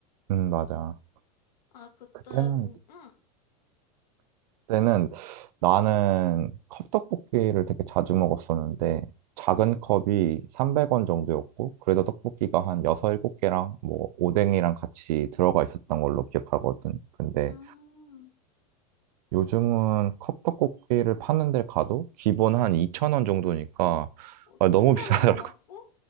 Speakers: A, on the right; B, on the left.
A: 음, 맞아.
B: 아, 그때,
A: 그때는
B: 그, 응.
A: 때는 나는 컵떡볶이를 되게 자주 먹었었는데 작은 컵이 300원 정도였고 그래도 떡볶이가 한 6, 7개랑 뭐 오뎅이랑 같이 들어가 있었던 걸로 기억하거든. 근데
B: 음.
A: 요즘은 컵떡볶이를 파는 데 가도 기본 한 2,000원 정도니까
B: 어, 그렇게나
A: 아, 너무 비싸더라고.
B: 올랐어?
A: <laughs>